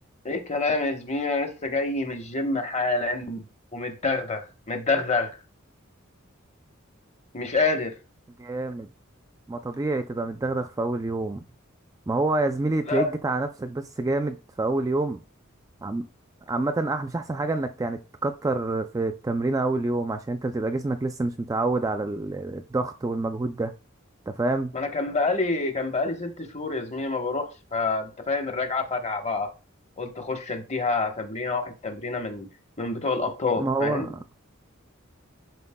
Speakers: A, on the left; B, on the right.
A: ايه الكلام يا زميلي انا لسه جاي من الجيم حالا ومتدغدغ متدغدغ مش قادر
B: جامد ما طبيعي تبقى متدغدغ في اول يوم ما هو يا زميلي
A: لا
B: تلاقيك جيت على نفسك بس جامد في اول يوم عم... عامة أح مش أحسن حاجة إنك يعني تكتر في التمرين أول يوم عشان أنت بتبقى جسمك لسه مش متعود على ال- الضغط والمجهود ده أنت فاهم؟
A: ما انا كان بقالي كان بقالي ست شهور يا زميلي ما بروحش فانت فاهم الرجعه فجعه بقى قلت اخش اديها تمرينه واحد تمرينه من من بتوع الابطال
B: ما
A: فاهم
B: هو